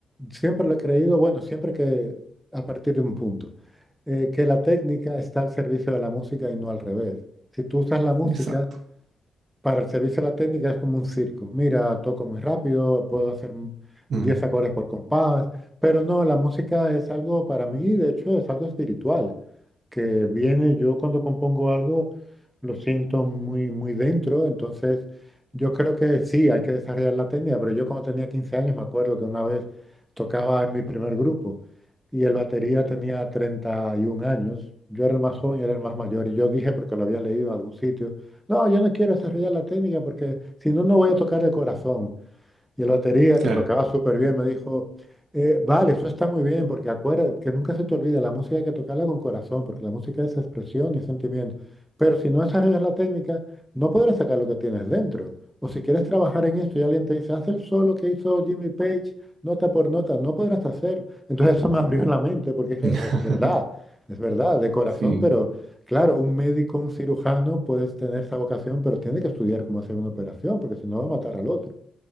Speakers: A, in the centre; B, on the right (about 70°).
A: siempre lo he creído, bueno, siempre que a partir de un punto, eh, que la técnica está al servicio de la música y no al revés. Si tú usas la música
B: Exacto.
A: para el servicio a la técnica es como un circo. Mira, toco muy rápido, puedo hacer m-
B: Mm,
A: 10 acordes por compás, pero no, la música es algo para mí, de hecho, es algo espiritual, que viene yo cuando compongo algo, lo siento muy, muy dentro, entonces yo creo que sí, hay que desarrollar la técnica, pero yo cuando tenía 15 años me acuerdo que una vez tocaba en mi primer grupo y el batería tenía 31 años, yo era el más joven y era el más mayor, y yo dije, porque lo había leído en algún sitio, no, yo no quiero desarrollar la técnica porque si no, no voy a tocar el corazón. Y el batería,
B: claro.
A: que tocaba súper bien, me dijo, eh, vale, eso está muy bien, porque acuérdate, que nunca se te olvide, la música hay que tocarla con corazón, porque la música es expresión y es sentimiento. Pero si no desarrollas la técnica, no podrás sacar lo que tienes dentro. O si quieres trabajar en esto y alguien te dice, haz el solo que hizo Jimmy Page, nota por nota, no podrás hacerlo. Entonces eso me abrió la mente, porque dije,
B: <laughs>
A: es verdad, es verdad, de corazón,
B: Sí,
A: pero claro, un médico, un cirujano, puedes tener esa vocación, pero tiene que estudiar cómo hacer una operación, porque si no va a matar al otro.